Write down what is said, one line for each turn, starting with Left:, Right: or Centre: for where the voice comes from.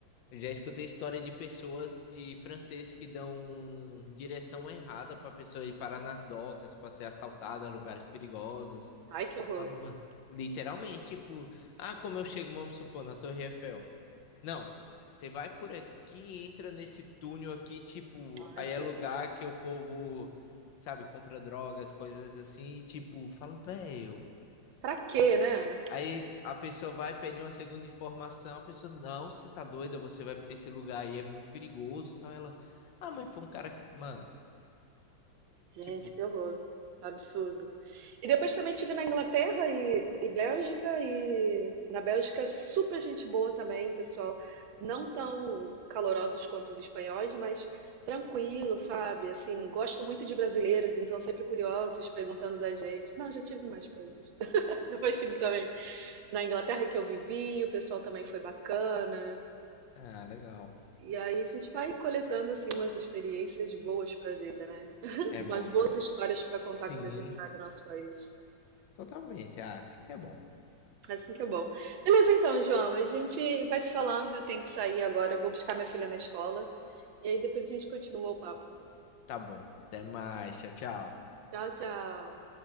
Left: eu já escutei história de pessoas de francês que dão direção errada para pessoa ir parar nas docas, para ser assaltada, lugares perigosos.
Right: Ai, que horror.
Left: Falo, mano, literalmente, tipo, ah, como eu chego, vamos supor, na Torre Eiffel. Não, você vai por aqui, entra nesse túnel aqui, tipo,
Right: Ai,
Left: aí
Right: credo.
Left: é lugar que o povo, sabe, compra drogas, coisas assim, e tipo, fala, velho.
Right: Pra quê, né?
Left: Aí a pessoa vai pedir uma segunda informação, a pessoa, não, você tá doida, você vai pra esse lugar aí, é muito perigoso, tal. Ela, ah, mas foi um cara que, mano,
Right: Gente,
Left: tipo,
Right: que horror. Absurdo. E depois também tive na Inglaterra e, e Bélgica, e na Bélgica super gente boa também, pessoal. Não tão calorosos quanto os espanhóis, mas tranquilo, sabe? Assim, gosto muito de brasileiros, então sempre curiosos, perguntando da gente. Não, já tive mais países. <laughs> Depois tive também. na Inglaterra que eu vivi, o pessoal também foi bacana.
Left: ah, legal.
Right: E aí a gente vai coletando assim umas experiências boas para a vida, né? <laughs>
Left: É
Right: Umas
Left: bom
Right: boas
Left: isso.
Right: histórias para contar
Left: Sim,
Right: quando a gente sai do nosso país.
Left: totalmente. Ah, sim que é bom.
Right: Assim que é bom. Beleza, então, João, a gente vai se falando. Eu tenho que sair agora, eu vou buscar minha filha na escola. E aí depois a gente continua o papo.
Left: Tá bom. Até mais, tchau, tchau.
Right: Tchau, tchau.